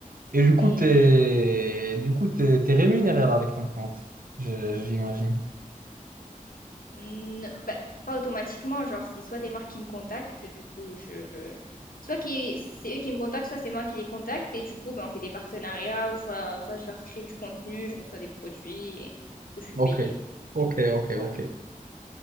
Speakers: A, on the right (about 80°); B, on the left (about 85°).
A: Et du
B: Mais
A: coup, t'es, du coup, t'es, t'es rémunéré là avec ton compte, je- j'imagine.
B: Non, bah, pas automatiquement, genre c'est soit des marques qui me contactent, du coup je soit qui c'est eux qui me contactent, soit c'est moi qui les contacte et du coup ben on fait des partenariats ou soit, soit je leur crée du contenu, je reçois des produits et du coup je suis
A: Ok,
B: payée.
A: ok, ok,
B: Ouais.
A: ok.